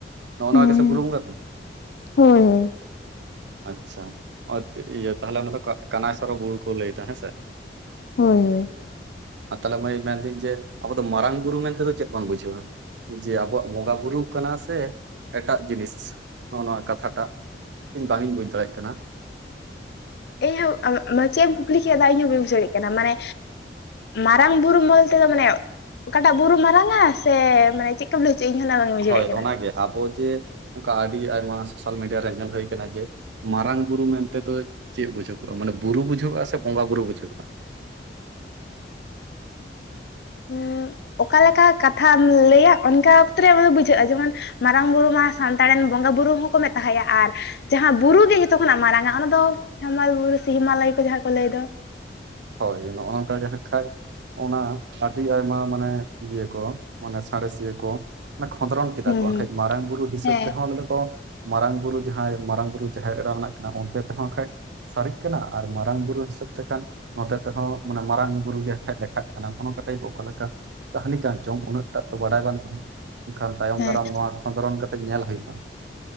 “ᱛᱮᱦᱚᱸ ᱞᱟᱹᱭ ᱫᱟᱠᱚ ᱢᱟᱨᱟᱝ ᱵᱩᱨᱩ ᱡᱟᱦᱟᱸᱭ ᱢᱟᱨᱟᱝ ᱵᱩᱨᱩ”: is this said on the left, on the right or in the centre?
Right